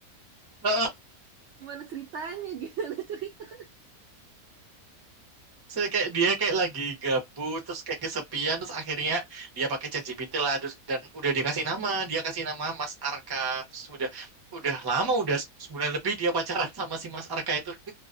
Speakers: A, on the right; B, on the right.
A: Heeh.
B: Gimana ceritanya? Gimana cerita?
A: saya kayak dia kayak lagi gabut terus kayak kesepian terus akhirnya dia pakai ChatGPT lah terus dan udah dikasih nama dia kasih nama Mas Arka terus udah udah lama udah sebulan lebih dia pacaran sama si Mas Arka itu